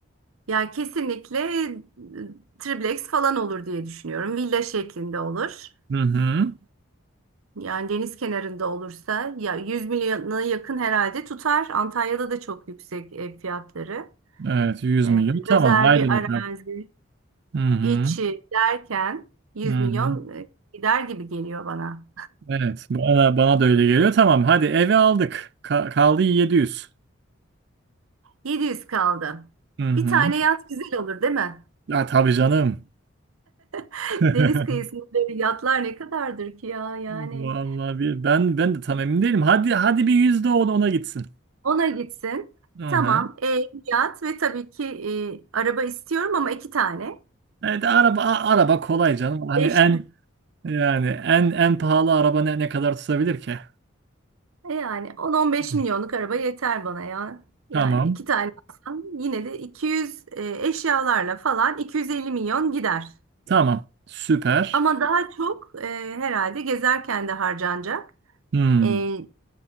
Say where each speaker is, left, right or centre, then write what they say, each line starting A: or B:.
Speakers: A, on the right (about 85°); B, on the right (about 50°).
A: Ya kesinlikle e, triplex falan olur diye düşünüyorum. Villa şeklinde olur.
B: Hı hı.
A: Yani deniz kenarında olursa ya 100 milyona yakın herhalde tutar. Antalya'da da çok yüksek ev fiyatları.
B: Evet 100
A: Ee,
B: milyon. Tamam
A: özel
B: haydi
A: bir
B: bakalım.
A: arazi
B: Hı hı.
A: içi derken yüz
B: Hı hı.
A: milyon e, gider gibi geliyor bana.
B: Evet bana, bana da öyle geliyor. Tamam hadi eve aldık. Ka- kaldı 700.
A: 700 kaldı.
B: Hı hı.
A: Bir tane yat güzel olur değil mi?
B: Ya tabii canım.
A: <laughs>
B: <laughs>
A: Deniz kıyısında böyle yatlar ne kadardır ki ya yani.
B: Vallahi bir, ben ben de tam emin değilim. Hadi hadi bir yüzde o da ona gitsin.
A: Ona gitsin.
B: Hı
A: Tamam,
B: hı.
A: ev, yat ve tabii ki e, araba istiyorum ama iki tane.
B: Evet araba a- araba kolay canım. Hani
A: Eş
B: en yani en en pahalı araba ne, ne kadar tutabilir ki?
A: E Yani 10-15
B: Hı.
A: milyonluk araba yeter bana ya. Yani
B: Tamam.
A: iki tane alsam yine de 200 e, eşyalarla falan 250 milyon gider.
B: Tamam. Süper.
A: Ama daha çok e, herhalde gezerken de harcanacak.
B: Hmm.
A: E,